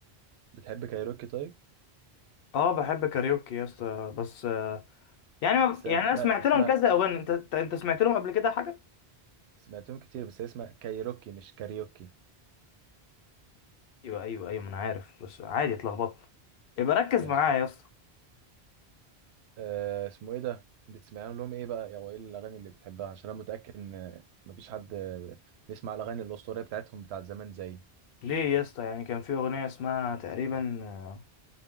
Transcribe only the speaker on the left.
اه بحب كاريوكي يا اسطى بس آه... يعني
ما... يعني انا سمعت
لهم كذا اغاني انت انت أنت سمعت لهم قبل كده حاجة
ايوه ايوه ايوه ما انا عارف بس عادي اتلخبطت يبقى ركز
معايا يا اسطى
ليه يا اسطى يعني كان في اغنية اسمها تقريبا آه،